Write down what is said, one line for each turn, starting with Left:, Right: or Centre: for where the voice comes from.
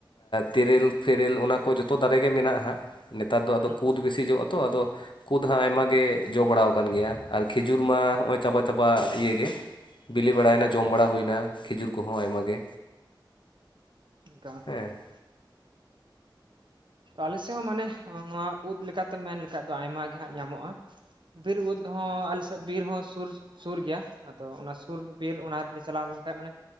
Left: ᱛᱮᱨᱮᱞ ᱯᱷᱮᱨᱮᱞ ᱚᱱᱟ ᱠᱚ ᱡᱚᱛᱚ ᱫᱟᱨᱮ ᱜᱮ ᱢᱮᱱᱟᱜ-ᱟ᱾ ᱦᱟᱸᱜ ᱱᱮᱛᱟᱨ ᱫᱚ ᱟᱫᱚ
Right: ᱦᱩᱸ
Left: ᱠᱩᱫᱽ ᱵᱤᱥᱤ ᱡᱚᱜ-ᱟ ᱾ᱛᱚ ᱟᱫᱚ ᱠᱩᱫᱽ ᱦᱚᱸ ᱟᱸᱭᱢᱟ
Right: ᱮᱠᱟᱞ
Left: ᱜᱮ ᱡᱚ ᱵᱟᱲᱟ ᱟᱠᱟᱱ ᱜᱮᱭᱟ, ᱟᱨ ᱠᱷᱤᱡᱩᱨ ᱢᱟ ᱦᱚᱜ-ᱚᱭ ᱪᱟᱵᱟ ᱪᱟᱵᱟ ᱤᱭᱟᱹ ᱜᱮ ᱵᱤᱞᱤ ᱵᱟᱲᱟᱭᱱᱟ
Right: ᱮᱠᱟᱞ
Left: ᱡᱚᱢ ᱵᱟᱲᱟ ᱦᱩᱭᱱᱟ ᱠᱷᱮᱡᱩᱨ ᱠᱚᱦᱚᱸ ᱟᱭᱢᱟ ᱜᱮ
Right: <inaudible>
Left: ᱦᱮᱸ
Right: ᱟᱞᱮ ᱥᱮᱫ ᱦᱚᱸ ᱢᱟᱱᱮ ᱱᱚᱣᱟ ᱩᱫ ᱞᱮᱠᱟᱛᱮ ᱢᱮᱱ ᱞᱮᱠᱷᱟᱡ ᱫᱚ ᱟᱭᱢᱟ ᱜᱮ ᱦᱟᱸᱜ ᱧᱟᱢᱚᱜ-ᱟ᱾ ᱵᱤᱨ ᱩᱫᱽ ᱦᱚᱸ ᱟᱞᱮ ᱥᱮᱫ ᱵᱤᱨ ᱦᱚᱸ ᱥᱩᱨ ᱥᱩᱨ ᱜᱮᱭᱟ ᱟᱫᱚ ᱚᱱᱟ ᱥᱩᱨ ᱵᱤᱨ ᱚᱱᱟ ᱨᱮᱞᱮ ᱪᱟᱞᱟᱣ ᱞᱮᱱᱠᱷᱟᱡ ᱢᱟᱱᱮ